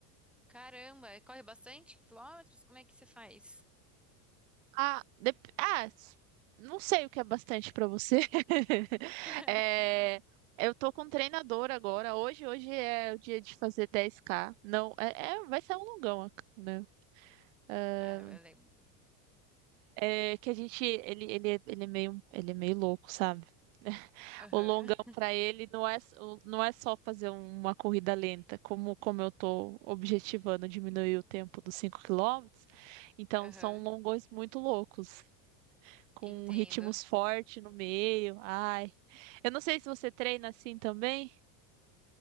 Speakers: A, in the centre; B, on the right.
A: Caramba, corre bastante quilômetros? Como é que você faz?
B: Ah, dep- ah, s- não sei o que é bastante pra você. <laughs>
A: <laughs>
B: É, eu tô com um treinador agora. Hoje, hoje é o dia de fazer dez k Não, é, é- vai ser um longão, né? É,
A: Ah, beleza. lembro.
B: é que a gente, ele, ele, é- ele é meio, ele é meio louco, sabe? <laughs>
A: Aham,
B: O longão para ele não é, o- não é só fazer uma corrida lenta, como, como eu tô objetivando diminuir o tempo dos cinco quilômetros, Então
A: aham.
B: são longões muito loucos, com
A: Entendo.
B: ritmos fortes no meio. Ai, eu não sei se você treina assim também.